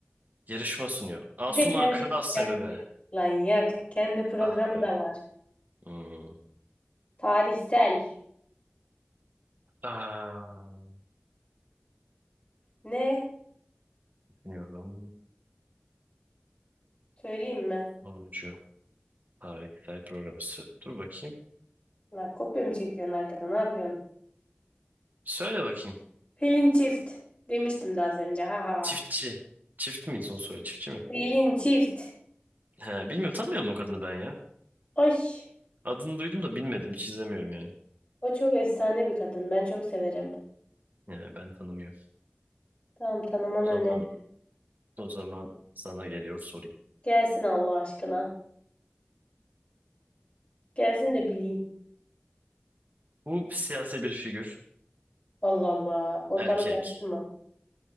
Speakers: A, on the right; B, on the left.
A: Yarışma sunuyor. Asuman
B: Bir de kendi,
A: Kırasya
B: kendi
A: mı be?
B: lan yak. Kendi programı
A: Ah be.
B: da var.
A: Hmm.
B: Tarihsel.
A: Aa,
B: Ne?
A: düşünüyorum.
B: Söyleyeyim mi?
A: Sunucu. Tarihsel program. Sö- Dur bakayım.
B: Lan kopya mı çekiyorsun arkada? Ne yapıyorsun?
A: Söyle bakayım.
B: Pelin Çift. Demiştim daha az önce. Ha ha.
A: Çiftçi. Çift mi son soyadı? Çiftçi mi?
B: Pelin Çift.
A: He, bilmiyorum tanımıyorum o kadını ben ya.
B: Ay.
A: Adını duydum da bilmedim. Hiç izlemiyorum yani.
B: O çok efsane bir kadın. Ben çok severim.
A: Ya, ben tanımıyorum.
B: Tamam tanımanı
A: O zaman
B: öneririm.
A: o zaman sana geliyor sorayım.
B: Gelsin Allah aşkına. Gelsin de bileyim.
A: Bu siyasi bir figür.
B: Allah Allah. Ortalık
A: Erkek.
B: karıştırma.